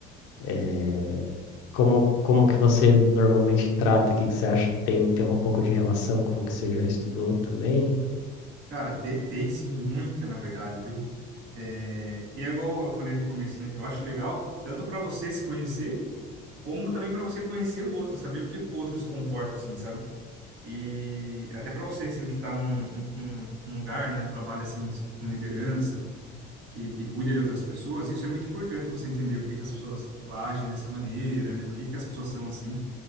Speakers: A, on the left; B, on the right.
A: eh, como, como que você normalmente trata, o que que você acha que tem, tem um pouco de relação com o que você já estudou também?
B: Cara, te- tem sim, muita, na verdade, viu? É, e é igual eu falei no começo, né? Eu acho legal, tanto para você se conhecer, como também para você conhecer o outro, saber por que que o outro se comporta assim, sabe? E até para você, assim, que está num, num- num lugar, né, num trabalho, assim, com liderança, que, que cuida de outras pessoas, isso é muito importante você entender por que que as pessoas, tipo, agem dessa maneira, né, por que que as pessoas são assim.